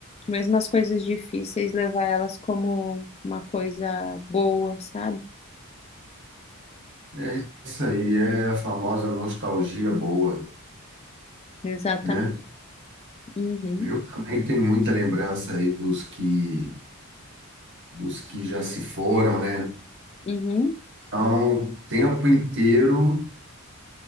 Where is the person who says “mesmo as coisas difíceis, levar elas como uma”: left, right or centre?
Left